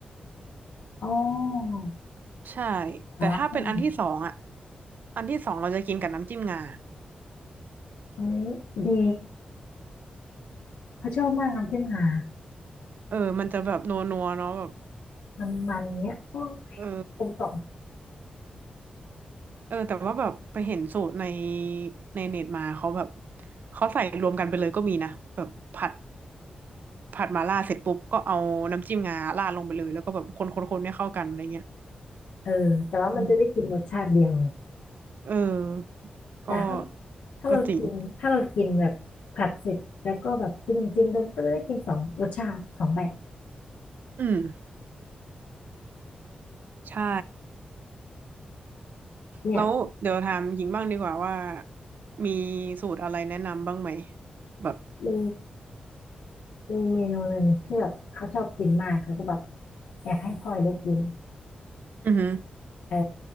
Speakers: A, on the left; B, on the right.
A: อ๋อ
B: ใช่
A: หมาล่าแห้ง
B: แต่ถ้าเป็นอันที่สองอ่ะอันที่สองเราจะกินกับน้ำจิ้มงา
A: เอ้ยดีเขาชอบมากน้ำจิ้มงา
B: เออมันจะแบบนัวนัวเนาะแบบ
A: มันมันเงี้ยโอ้
B: เออ
A: กลมกล่อม
B: เออแต่ว่าแบบไปเห็นสูตรในในเน็ตมาเขาแบบเขาใส่รวมกันไปเลยก็มีนะแบบผัดผัดมาล่าเสร็จปุ๊บก็เอาน้ำจิ้มงาราดลงไปเลยแล้วก็แบบคนคนคนให้เข้ากันอะไรเงี้ย
A: เออแต่ว่ามันจะได้กินรสชาติเดียวไง
B: อืมเออก็
A: แต่ถ้าถ้าเรากินถ้าเรากินแบบผัดเสร็จแล้วก็แบบจิ้มจิ้มเดิมก็จะได้กินสองรสชาติสองแบบ
B: ก็จริงอืม ใช่
A: เนี่ย
B: แล้วเดี๋ยวถามหญิงบ้างดีกว่าว่ามีสูตรอะไรแนะนำบ้างไหมแบบ
A: มีมีเมนูหนึ่งที่แบบเขาชอบกินมากแล้วก็แบบอยากให้พลอยได้กิน
B: อือหือ
A: เออ